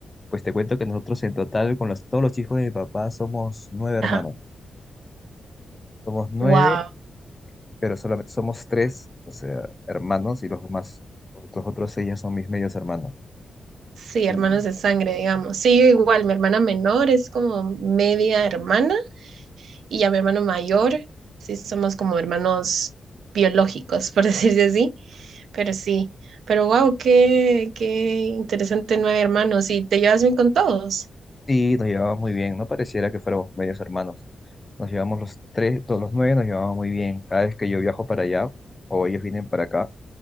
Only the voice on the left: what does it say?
Pues te cuento que nosotros en total, con los, todos los hijos de mi papá, somos nueve hermanos.
Somos nueve,
pero solamente somos tres, o sea, hermanos, y los demás, los otros seis ya son mis medios hermanos.
Y,
y nos llevamos muy bien, no pareciera que fuéramos medios hermanos. Nos llevamos los tres, todos los nueve nos llevamos muy bien. Cada vez que yo viajo para allá, o ellos vienen para acá,